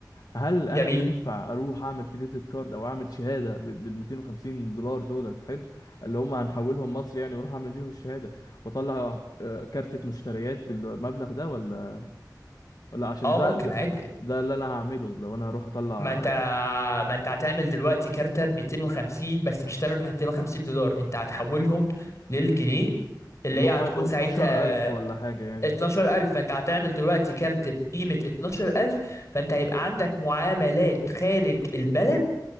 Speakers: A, on the left; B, on the left.
A: هل انا
B: جميل
A: ينفع اروح اعمل كريدت كارد او اعمل شهاده بال 250 دولار دولت حلو اللي هم هنحولهم مصر يعني واروح اعمل بيهم الشهاده واطلع آه، كارتة مشتريات بالمبلغ ده ولا ولا عشان
B: اه
A: ده
B: ممكن
A: ده
B: عادي
A: ده اللي انا هعمله لو انا هروح اطلع
B: ما انت ما انت هتعمل دلوقتي كارتة ب 250 بس مش هتعمل ب 250 دولار انت هتحولهم للجنيه اللي
A: اللي
B: هي
A: هم
B: هتكون
A: يبقوا
B: ساعتها
A: 12000 ولا حاجه يعني
B: 12000 فانت هتعمل دلوقتي كارت بقيمة 12000 فانت هيبقى عندك معاملات خارج البلد